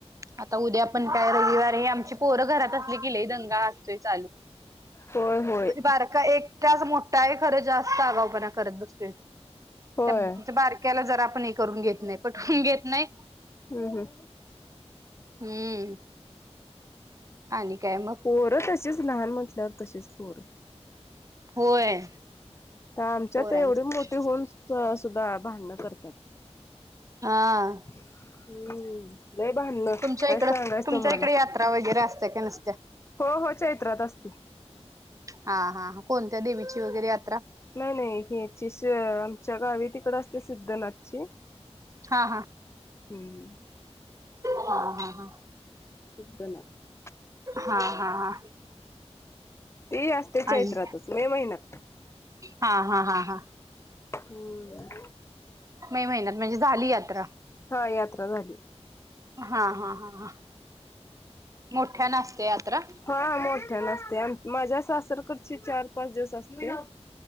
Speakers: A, on the right; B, on the left.
A: आता उद्या पण काय रविवार हाय, आमची पोरं घरात असले की लय दंगा असतोय चालू.
B: होय होय.
A: आणि ते बारका एक त्याच मोठा आहे, खरं जास्त आगावपणा करत बसतोय तो.
B: होय
A: त्या बारक्याला जरा आपण एक करून घेत नाही, पटवून घेत नाही.
B: हम्म हम्म.
A: हम्म. आणि काय मग?
B: पोर तशीच लहान म्हटल्यावर तशीच पोर.
A: होय.
B: तर आमच्यात
A: पोरांचं
B: एवढी
A: तसंच
B: मोठी होऊनसुद्धा भांडणं करतात.
A: हां.
B: <unintelligible> लय भांडण,
A: तुमच्या
B: काय
A: इकडं
B: सांगायच
A: तुमच्या
B: तुम्हाला.
A: इकडे यात्रा वगैरे असत्या का नसत्या
B: हो हो चैत्रात असती.
A: हा हा हा, कोणत्या देवीची वगैरे यात्रा?
B: नाही नाही <unintelligible> आमच्या गावी तिकड असते सिद्धनाथची.
A: हा
B: हम्.
A: हा हा हा.
B: सिद्धनाथ.
A: हा हा हा.
B: ती असते चैत्रातच,
A: आणि
B: मे महिन्यात.
A: हा हा हा हा.
B: हम्म.
A: मे महिन्यात म्हणजे झाली यात्रा.
B: हा यात्रा झाली
A: हा हा हा हा. मोठ्यान असते यात्रा
B: हा मो ठ्यानं असत्या, माझ्या सासरकडची चार पाच दिवस असत्या.